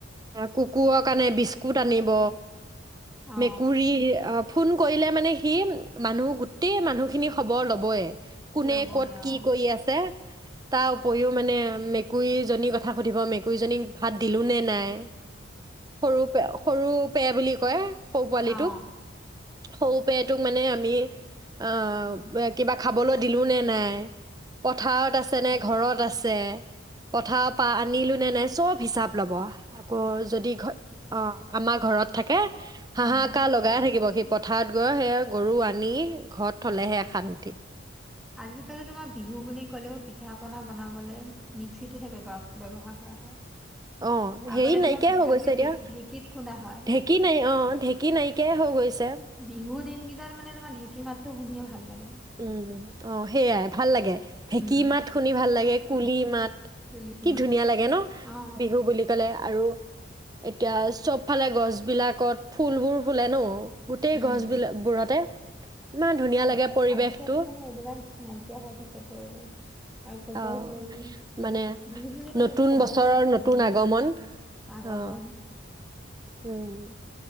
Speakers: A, on the right; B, in the centre.
A: কুকুৰৰ কাৰণে বিস্কুট আনিব
B: অ
A: মেকুৰী অ ফোন কৰিলে মানে সি মানুহ গোটেই মানুহখিনি খবৰ ল'বই। কোনে
B: ল'বই
A: কত কি
B: অ
A: কৰি আছে, তাৰ উপৰিও মানে মেকুৰীজনী কথা সুধিব মেকুৰীজনীক ভাত দিলোঁ নে নাই? সৰু পে সৰু পে বুলি কয় সৌ পোৱালিটোক
B: অ
A: সৰু পেটোক মানে আমি অ কিবা খাবলৈ দিলো নে নাই পথাৰত আছেনে ঘৰত আছে পথাৰ পা আনিলো নে নাই চব হিচাপ ল'ব আকৌ
B: হিচাপ
A: যদি ঘ অঁ আমাৰ ঘৰত থাকে হাঁহাকাৰ
B: উম
A: লগাই থাকিব সি পথাৰত গৈ সেয়া গৰু আনি ঘৰত থলেহে শান্তি
B: আজিকালি তোমাৰ বিহু বুলি কলেও পিঠা পনা বনাবলৈ মিক্সিটোহে ব্যৱহাৰ কৰা হয়
A: অ
B: আগতে
A: হেৰি নাইকিয়াই
B: তোমাৰ পিঠাগুৰি
A: হৈ গৈছে এতিয়া
B: ঢে ঢেঁকীত খুন্দা হয়
A: ঢেঁকী নাই অ ঢেঁকী নাইকিয়াই হৈ গৈছে
B: বিহু দিনকেইটাৰ মানে তোমাৰ ঢেঁকী মাতো শুনিয়ে ভাল লাগে
A: উম অ সেইয়াই ভাল লাগে ঢ়েঁকী
B: উম
A: মাত শুনি ভালাগ লাগে কুলি মাত
B: কুলি
A: কি
B: মাত
A: ধুনীয়া লাগে ন
B: অ
A: বিহু বুলি ক'লে আৰু এতিয়া চব ফালে গছ বিলাকত ফুলবোৰ ফুলে নো গোটেই
B: উম,
A: গছ বিল বোৰতে ইমান ধুনীয়া
B: আজি
A: লাগে পৰিৱেশটো
B: আজিকালি মানে এইবিলাক নাইকিয়া হৈ গৈছে পৰিৱেশ আৰু কপৌ
A: আহ
B: ফুল
A: মানে
B: বিহু বুলি ক'লেতো
A: নতুন
B: কপৌ
A: বছৰৰ
B: ফুলেই মেইন
A: নতুন আগমন
B: আগমন
A: অ উম